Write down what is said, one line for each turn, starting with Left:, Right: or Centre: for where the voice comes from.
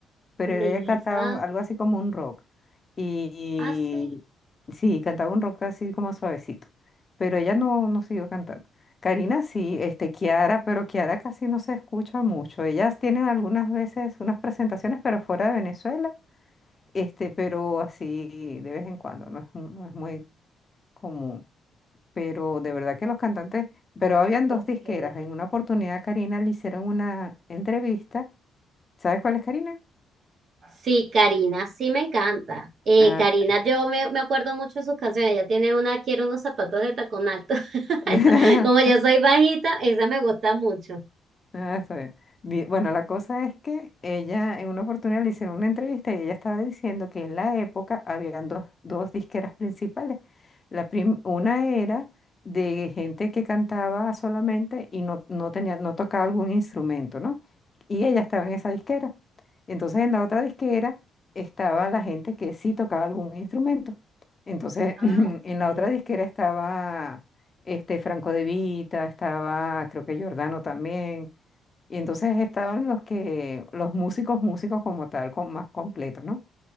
Left: pero
Right: Melissa,
Left: ella cantaba un- algo así como un rock. Y,
Right: ah, sí,
Left: y sí, cantaba un rock así como suavecito, pero ella no, no siguió cantando. Karina sí, este, Kiara, pero Kiara casi no se escucha mucho. Ellas tienen algunas veces unas presentaciones, pero fuera de Venezuela, este, pero así de vez en cuando, no es, mu- no es muy común pero de verdad que los cantantes, pero habían dos
Right: ok.
Left: disqueras. En una oportunidad a Karina le hicieron una entrevista. ¿Sabes cuál es Karina?
Right: Sí, Karina, sí me encanta. Eh,
Left: Ah,
Right: Karina, yo me, me acuerdo mucho de sus canciones. Ella tiene una, quiero unos zapatos de tacón alto. <laughs>
Left: <laughs>
Right: Esa. Como yo soy bajita, esa me gusta mucho.
Left: Ah, está bien. Vi- Bueno, la cosa es que ella en una oportunidad le hicieron una entrevista y ella estaba diciendo que en la época habían dos, dos disqueras principales. La prim- una era de gente que cantaba solamente y no, no tenía, no tocaba algún instrumento, ¿no? Y ella estaba en esa disquera. Entonces en la otra disquera estaba la gente que sí tocaba algún instrumento. Entonces
Right: Ah,
Left: <clears throat> en
Right: ok.
Left: la otra disquera estaba este Franco De Vita, estaba creo que Giordano también y entonces estaban los que, los músicos, músicos como tal, con, más completos, ¿no?